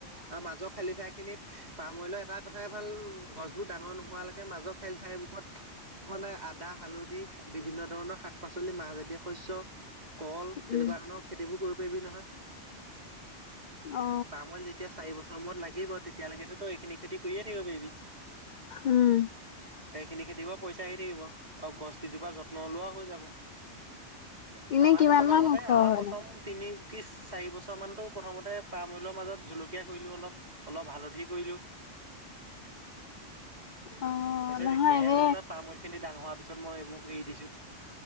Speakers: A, on the right (about 35°); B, on the left (about 60°).
A: আৰু মাজৰ খালি ঠাই খিনিত পাম অইলৰ এটা কথাই ভাল গছবোৰ ডাঙৰ নোহোৱালৈকে মাজৰ খেল ঠাই বোকত মানে আদা, হালধি, বিভিন্ন ধৰণৰ শাক-পাচলি, মাহজাতীয় শস্য, কল
B: উম
A: তেনেকুৱা ধৰণৰ খেতিবোৰ কৰিব পাৰিবি নহয়।
B: অ।
A: পামত যেতিয়া চাৰি বছৰৰ মূৰত লাগিব তেতিয়ালেকেটো তই এইখিনি খেতি কৰিয়ে থাকিব পাৰিবি।
B: উম
A: সেইখিনি খেতি পৰাও পইচা আহি থাকিব আৰু গছকিজোপা যত্ন লোৱাও হৈ যাব।
B: ইনেই
A: আমাৰতো
B: কিমান
A: প্ৰথমতে
B: মান ওখ
A: আমাৰ
B: হয়
A: প্ৰথম
B: নো?
A: তিনি কি চাৰি বছৰ মানটো প্ৰথমতে পাম অইলৰ মাজত জলকী কীয়া কৰিলো অলপ, অলপ হালধি কৰিলো।
B: অ
A: তাৰপিছত
B: নহয়
A: এতিয়াহে
B: এনে
A: যেনিবা পাম অইল খিনি ডাঙৰ হোৱাৰ পিছত মই এইবোৰ এৰি দিছো।